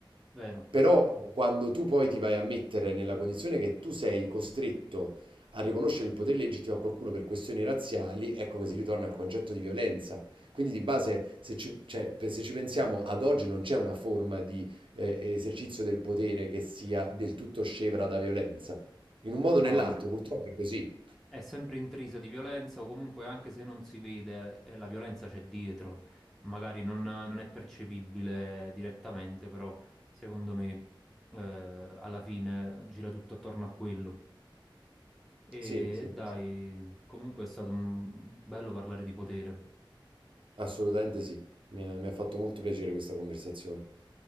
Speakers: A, in the centre; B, on the right.
A: Vero?
B: Però Chiaro. quando tu poi ti vai a mettere nella condizione che tu sei costretto a riconoscere il potere legittimo a qualcuno per questioni razziali, ecco che si ritorna al concetto di violenza. Quindi di base, se ci, cioè, per- se ci pensiamo, ad oggi non c'è una forma di eh, esercizio del potere che sia del tutto scevra da violenza. In un modo o
A: No.
B: nell'altro, purtroppo è così.
A: È sempre intrisa di violenza o comunque anche se non si vede, eh, la violenza c'è dietro, magari non, non è percepibile direttamente, però secondo me eh, alla fine gira tutto attorno a quello.
B: Sì,
A: E
B: sì,
A: dai,
B: sì.
A: comunque è stato un- bello parlare di potere.
B: assolutamente sì. mi ha mi ha fatto molto piacere questa conversazione.